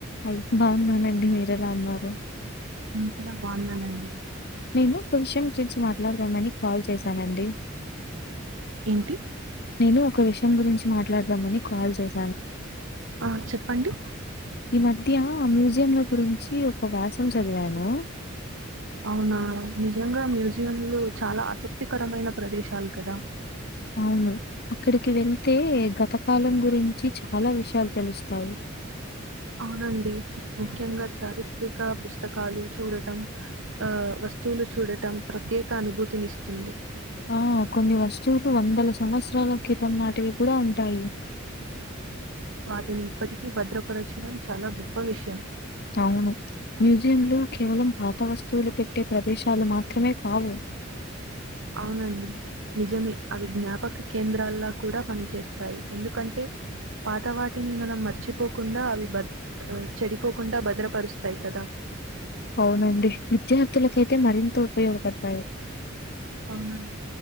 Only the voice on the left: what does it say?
Hi బాగున్నానండి మీరు ఎలా అన్నారు
నేను కొంచెం ఒక విషయం గురించి మాట్లాడదామని కాల్ చేసానండి
నేను ఒక విషయం గురించి మాట్లాడదామని కాల్ చేసా
ఈ మధ్య మ్యూజియం ల గురించి ఒక వ్యాసం చదివాను
అవును అక్కడికి వెళ్తే గత కాలం గురించి చాలా విషయాలు తెలుస్తాయి <inaudible>
ఆ కొన్ని వస్తువులు వందల సంవత్సరాల క్రితం లాంటివి కూడా ఉంటాయి
అవును మ్యూజియంలు కేవలం పాత వస్తువులు పెట్టే ప్రదేశాలు మాత్రమే కావు
అవునండి విద్యార్థులకైతే మరింత ఉపయోగపడతాయి